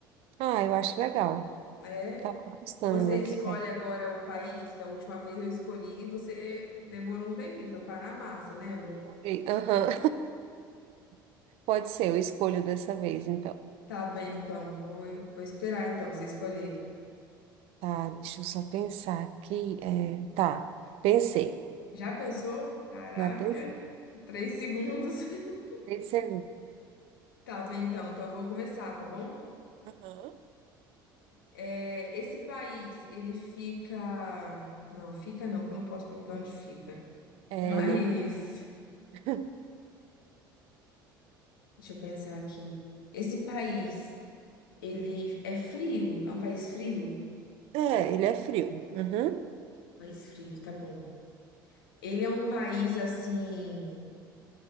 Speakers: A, on the right (about 60°); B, on the left (about 80°).
A: Ah, eu acho legal.
B: É,
A: Tava gostando
B: você
A: aqui.
B: escolhe
A: É.
B: agora o país, que a última vez eu escolhi e você demorou um tempinho, foi Panamá, você lembra?
A: Demorei. Aham. <laughs> Pode ser, eu escolho dessa vez, então.
B: Tá bem, então, vou, vou esperar então você escolher.
A: Tá, deixa eu só pensar aqui. É, tá, pensei.
B: Já pensou? Caraca,
A: Já pensei.
B: três segundos. <laughs>
A: Três segundos.
B: Tá bem, então. Então eu vou começar, tá bom?
A: Aham.
B: É, esse país, ele fica. Não, fica não, que eu não posso perguntar onde fica. <laughs>
A: É,
B: Mas,
A: não pode. <laughs>
B: deixa eu pensar aqui. Esse país, ele é frio? É um país frio?
A: É, ele é frio. Uhum.
B: País frio, tá bom. Ele é um país, assim,